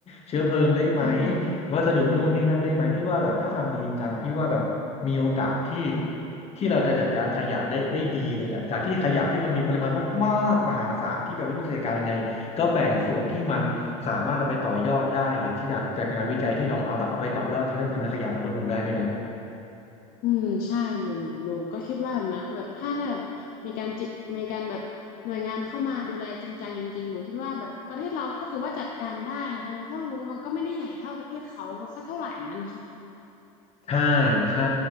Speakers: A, on the left (about 35°); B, on the left (about 50°).
A: เชื้อเพลิงได้ไหม
B: อืม
A: วัสดุนู่นนี่นั่นได้ไหมพี่ว่าแบบถ้าทำจริงๆจังอะพี่ว่าแบบมีโอกาสที่ที่เราจะจัดการขยะได้ได้ดีเลยแหละจากที่ขยะที่มันมีปริมาณมากๆมหาศาลที่แบบไม่รู้จะจัดการยังไงก็แบ่งโซนที่มันสามารถเอาไปต่อยอดได้หรือที่จากจากงานวิจัยที่รองรับแบบเอาไปต่อยอดทำให้ปริมาณขยะมันลดลงได้ด้วยนะ
B: อืมใช่หนูหนูหนูก็คิดว่าแบบนั้นคือแบบถ้าถ้ามีการจิมีการแบบหน่วยงานเข้ามาดูแลจริงจังจริงๆหนูคิดว่าแบบประเทศเราก็ถือว่าจัดการได้นะคะเพราะรู้ว่ามันก็ไม่ได้ใหญ่เท่าประเทศเขาสักเท่าไหร่นั้น
A: ใช่ใช่